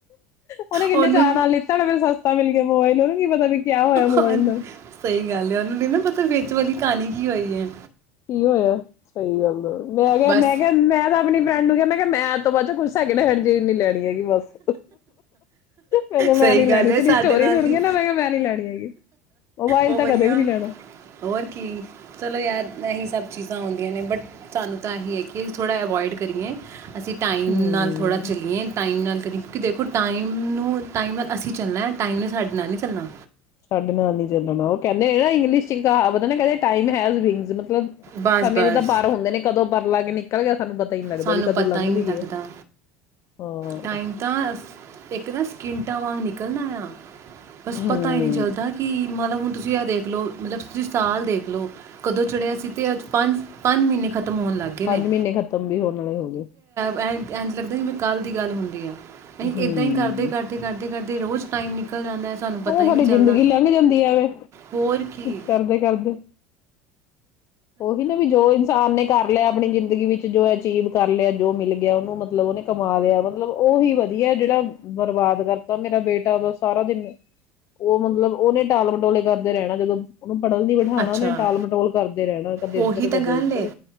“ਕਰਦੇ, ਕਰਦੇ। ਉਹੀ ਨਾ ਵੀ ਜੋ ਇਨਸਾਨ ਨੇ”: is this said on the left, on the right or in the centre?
Left